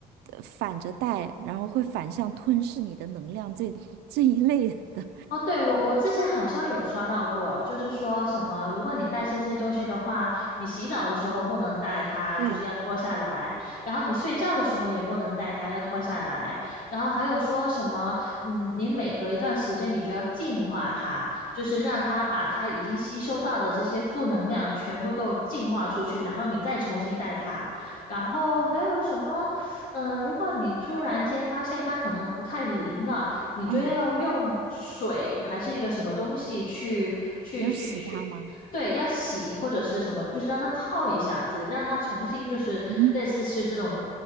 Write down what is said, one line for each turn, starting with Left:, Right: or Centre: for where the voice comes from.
Right: 呃反着戴，然后会反向吞噬你的能量这 <laughs> 这一类的，
Left: 哦，对，我我之前好像有刷到过，就是说什么，如果你带这些东西的话，你洗澡的时候不能带它，
Right: 对，
Left: 就是要脱下来；然后你睡觉的时候也不能带它，要脱下来。然后还有说什么，嗯，你每隔一段时间你就要净化它，就是让它把它已经吸收到的这些负能量全部都净化出去，然后你再重新带它。然后还有什么，嗯，如果你突然间发现它可能不太灵了。你就要用水还是一个什么东西去，
Right: 嗯，
Left: 去
Right: 要洗它吗？
Left: 对，要洗或者是什么，就是让它泡一下之类，让它重新就是类似是这种
Right: 嗯嗯，